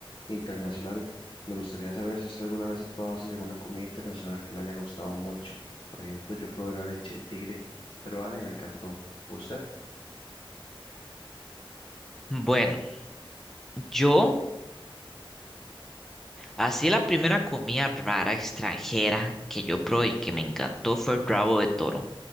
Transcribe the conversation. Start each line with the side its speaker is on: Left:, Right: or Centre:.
Left: internacional, me gustaría saber si usted alguna vez ha probado así alguna comida internacional que le haya gustado mucho. Por ejemplo, yo probé la leche de tigre peruana y me encantó. ¿Usted?
Centre: Bueno, yo, así la primera comida rara extranjera que yo probé y que me encantó fue el rabo de toro,